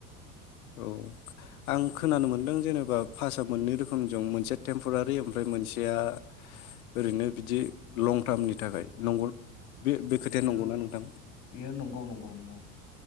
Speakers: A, on the left; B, on the left.
A: औ आं खोनानो मोनदों जेनेबा पासा मोननै रोखोमजों मोनसेया टेम्परारि ओमफ्राय मोनसेया ओरैनो बिदि लं टार्मनि थाखाय। नंगौ बे बे
B: बेयो
A: खोथाया नंगौना नोंथां
B: इयो नंगौ नंगौ नंगौ।